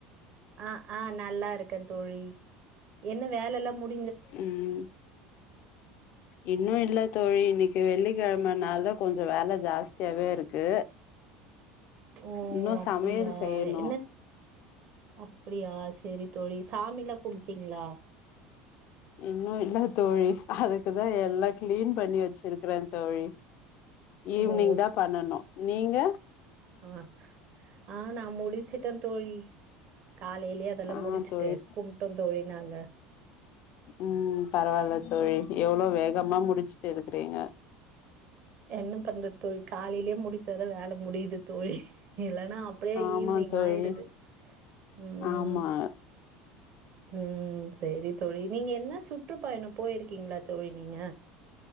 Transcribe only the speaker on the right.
ஆ ஆ நல்லா இருக்கே தோழி என்ன வேல லா முடி
ஓ
அப்டியா
என்ன அப்டியா சேரி தோழி சாமிலா கும்டிங்களா
ஓ
அ ஆ நா முடிச்சுடே தோழி காலையிலயே அதெல்லா
முடிச்சிட்டு
கும்டொம் தோழி நாங்க
என்ன பண்றது தோழி காலையிலயே முடிச்சாதா வேல முடியுது தோழி இல்லன்னா அப்டியே
ஈவி்னிங்
ஆயிடுது ம்
ம் சேரி தோழி நீங்க என்ன சுற்றுபயணம் போயிருகீங்ளா தோழி நீங்க